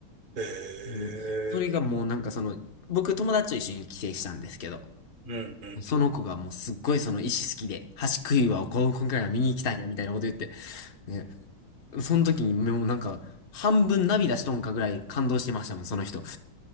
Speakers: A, on the right (about 30°); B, on the left (about 40°).
A: へえ。
B: うん。それがもうなんかその、僕友達と一緒に帰省したんですけど、
A: うんうん。
B: その子がもうすっごいその石好きで、橋食いはこ今回は見に行きたいやみたいなこと言って、ね、その時にもうなんか、半分涙しとんかぐらい感動してましたもん、その人。